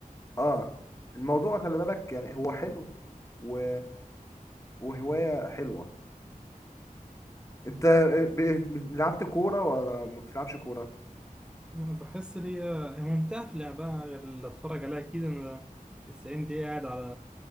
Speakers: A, on the left (about 20°); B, in the centre.
A: اه الموضوع خلي بالك يعني هو حلو و... وهوايه حلوه انت ب... لعبت كوره ولا ما بتلعبش كوره
B: أنا بحس لي هي ممتعة في لعبها غير اللي أتفرج عليها أكيد أنا التسعين دقيقة قاعد على